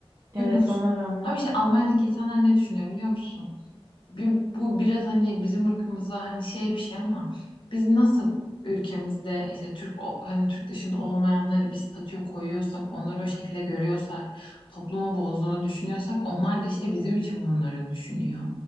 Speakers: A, on the right; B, on the left.
A: Evet
B: Türk nüfusu.
A: ona rağmen.
B: Ama işte Almanya'daki insanlar ne düşünüyor biliyor musun? Bir, bu biraz hani bizim ırkımıza hani şey bir şey ama biz nasıl ülkemizde işte Türk o- hani Türk dışında olmayanları bir statüye koyuyorsak, onları o şekilde görüyorsak, toplumu bozduğunu düşünüyorsak onlar da işte bizim için bunları düşünüyor.